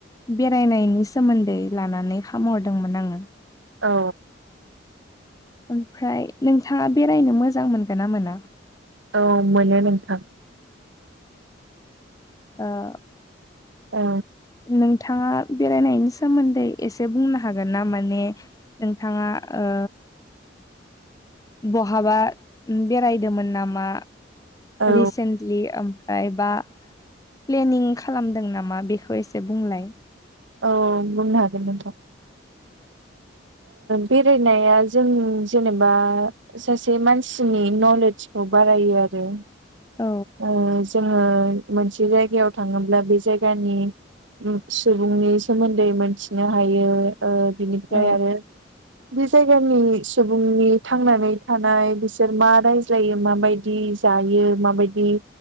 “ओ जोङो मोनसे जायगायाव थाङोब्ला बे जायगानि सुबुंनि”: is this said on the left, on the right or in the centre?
Right